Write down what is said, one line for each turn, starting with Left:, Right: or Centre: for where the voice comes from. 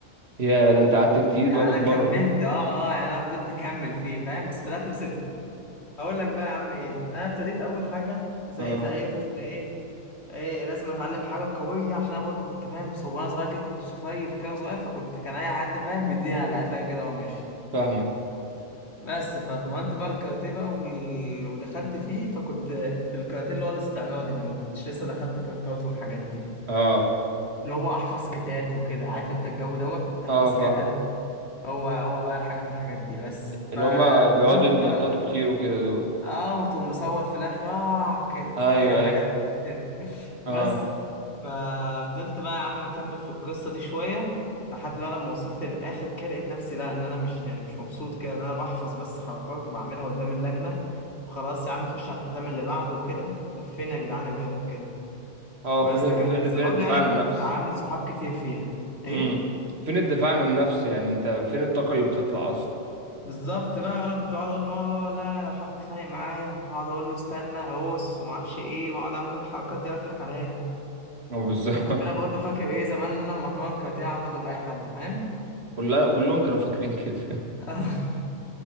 Right: يا ده انت قعدت كتير
Left: يعني
Right: بقى بتتمرن
Left: انا كملت اه اه يعني انا فضلت اكمل فيه فاهم بس في الاخر سبته هقول لك بقى يا عم ايه انا ابتديت اول حاجه زي
Right: اه
Left: زي اي طفل ايه ايه لازم اتعلم حاجه قويه عشان انا برضه كنت فاهم ص- وانا صغير كده كنت سفيف كده وصغير فكنت كان اي حد فاهم بيديني على قفايا كده وماشي
Right: فاهمك
Left: بس فاتمرنت بقى الكاراتيه بقى وال... ودخلت فيه فكنت في الكاراتيه اللي هو الاستعراضي ده ما كنتش لسه دخلت فايتات والحاجات دي
Right: اه
Left: اللي هو احفظ كتات وكده عارف انت الجو دوت تحفظ
Right: اه فاهم
Left: كاتا هو هو بقى حاجه من الحاجات دي بس
Right: اللي
Left: فدخلت
Right: هما بيقعدوا يتنططوا
Left: بقى
Right: كتير وكده دول
Left: اه وتقوم مصوت في الاخر اه كده
Right: ايوه
Left: هي الحاجات
Right: ايوه
Left: دي <laughs>
Right: اه
Left: بس ففضلت بقى يا عم مكمل في القصه دي شويه لحد بقى لما وصلت للاخر كده لقيت نفسي لا ان انا مش يعني مش مبسوط كده ان انا بحفظ بس حركات وبعملها قدام اللجنه وخلاص يا عم خش على الحزام اللي بعده وكده طب فين يا جدعان الرياضه في كده
Right: اه
Left: بس
Right: فين
Left: لكن
Right: فين
Left: بس
Right: فين الدفاع
Left: برضه يعني
Right: عن
Left: كنت
Right: النفس
Left: عامل صحاب كتير فيها ايه
Right: امم فين الدفاع عن النفس يعني انت فين الطاقة اللي بتطلع اصلا
Left: بالظبط بقى انا كنت اقعد اقول له "آه، آه، آه، لا لو حد اتخانق معايا اقعد اقول له استنى هوس وما اعرفش ايه واقعد اعمل له الحركات دي واضحك عليا
Right: اه بالظبط
Left: كنت انا برضه فاكر ايه زمان ان انا لما اتمرن كاراتيه اعرف اضرب اي حد فاهم
Right: <laughs> كلها كلهم كانوا فاكرين كده
Left: <laughs>